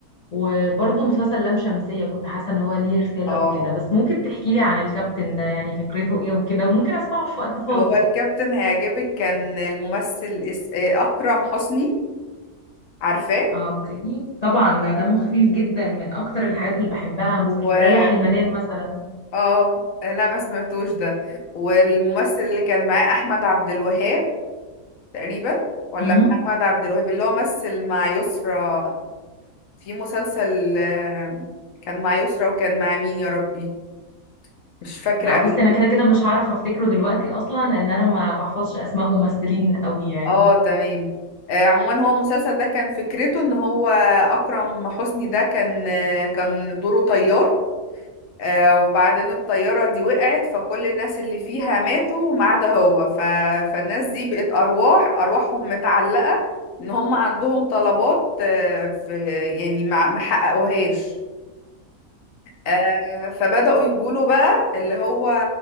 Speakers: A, on the left; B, on the left.
A: وبرضه مسلسل لام شمسية كنت حاسة إن هو ليه رسالة
B: اه
A: وكده بس ممكن تحكي لي عن الكابتن ده يعني فكرته إيه وكده وممكن أسمعه في وقت فاضي
B: هو الكابتن هيعجبك كان الممثل اس... آه، اكرم حسني عارفاه
A: اه اوكي طبعا ده دمه خفيف جدا من أكتر الحاجات اللي بحبها مسلسل
B: <laughs>
A: ريح المدام مثلا
B: اه لا ما سمعتوش ده والممثل اللي كان معاه احمد عبد الوهاب تقريبا ولا
A: امم
B: محمد عبد الوهاب اللي هو مثل مع يسرا في مسلسل آم، كان مع يسرا وكان مع مين يا ربي مش فاكرة
A: لا بصي
B: قوي
A: أنا كده كده مش هعرف أفتكره دلوقتي أصلا لأن أنا ما بحفظش أسماء ممثلين قوي يعني
B: اه تمام آه، عموما هو المسلسل ده كان فكرته ان هو اكرم حسني ده كان آه، كان دوره طيار آه، وبعدين الطيارة دي وقعت فكل الناس اللي فيها ماتوا ما عدا هو ف... فالناس دي بقت أرواح أرواحهم متعلقة إن هم عندهم طلبات آه، في يعني ما ما حققوهاش آه، فبدأوا يقولوا بقى اللي هو